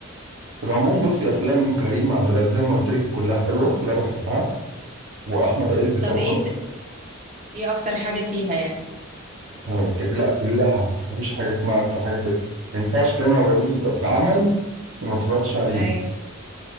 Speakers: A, on the right (about 80°); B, on the right (about 40°).
A: في العموم بصي افلام كريم عبد العزيز زي ما قلت لك كلها حلوه كلها بحبها واحمد عز
B: طب
A: طبعا
B: ايه ايه اكتر حاجة فيها يعني
A: آه، ك- لا كلها مفيش حاجه اسمها اكتر حاجه في ما ينفعش كريم عبد العزيز
B: مم.
A: يبقى في عمل وما اتفرجتش عليه
B: ايوه